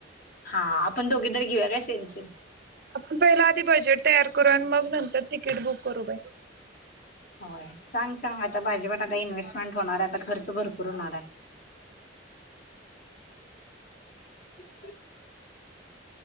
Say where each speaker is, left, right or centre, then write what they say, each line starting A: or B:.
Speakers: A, on the left; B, on the right.
A: हा आपण दोघी तर घेऊया का सेम -सेम.
B: आपण पहिला आधी बजेट तयार करू आणि मग नंतर तिकीट बुक करू बाई.
A: होय सांग, सांग आता भाजीपाला आता इन्व्हेस्टमेंट होणार हाय आता खर्च भरपूर होणार हाय. <inaudible>